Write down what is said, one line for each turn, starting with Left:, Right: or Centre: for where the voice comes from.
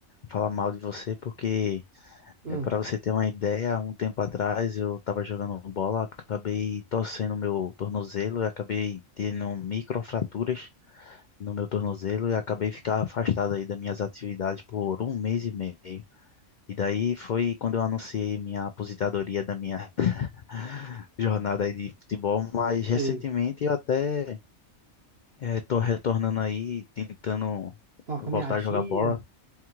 Left: falar mal de você porque
Right: Hum,
Left: é para você ter uma ideia, um tempo atrás eu estava jogando bola, acabei torcendo meu tornozelo e acabei tendo microfraturas no meu tornozelo e acabei ficar afastado aí das minhas atividades por um mês e meio. E daí foi quando eu anunciei minha aposentadoria da minha <laughs> jornada aí de futebol, mas recentemente
Right: sei.
Left: eu até estou retornando aí, tentando
Right: Tá uma
Left: voltar
Right: caminhadinha.
Left: a jogar bola